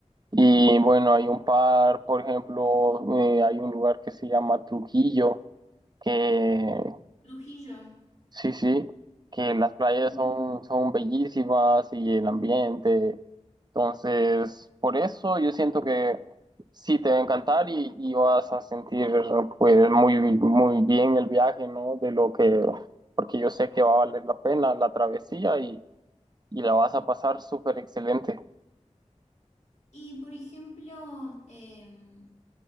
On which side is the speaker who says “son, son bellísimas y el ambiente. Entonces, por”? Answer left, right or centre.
Right